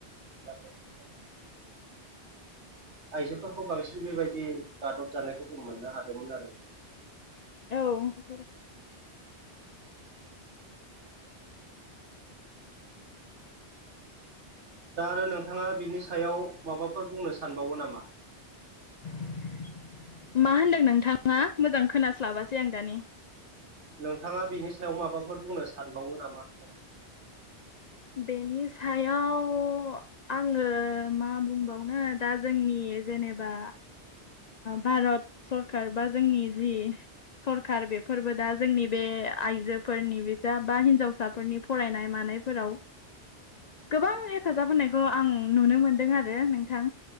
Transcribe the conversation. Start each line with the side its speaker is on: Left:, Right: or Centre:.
Right: <unintelligible> आइजोफोरखौ बांसिन बेबायदि गादब जानायखौ जों मोननो हादोंमोन आरो
Left: औ
Right: दा आरो नोंथाङा बिनि सायाव माबाफोर बुंनो सानबावो नामा
Left: <inaudible> मा होनदों नोंथाङा मोजां खोनास्लाबासै आं दानि
Right: नोंथाङा बिनि सायाव माबाफोर बुंनो सानबावो नामा
Left: बेनि सायाव आङो मा बुंबावनो दा जोंनि जेनेबा भारत सरखार बा जोंनि जि सरखार बेफोरबो दा जोंनि बे आइजोफोरनि बिजा बा हिनजावसाफोरनि फरायनाय मानाय फोराव गोबां हेफाजाब होनायखौ आं नुनो मोनदों आरो नोंथां